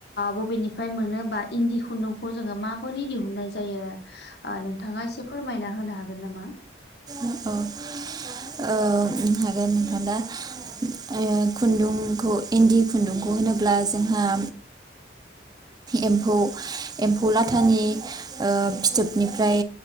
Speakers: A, on the left; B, on the right.
A: बबेनिफ्राय मोनोबा इन्दि खुन्दुंखौ जोङो माबोरै दिहुननाय जायो नोंथाङा एसे फोरमायना होनो हागोन नामा?
B: अह ओ हागोन नोंथां दा ओ खुन्दुंखौ इन्दि खुन्दुंखौ होनोब्ला जोंहा एम्फौ एम्फौ लाथानि ओ फिथोबनिफ्राय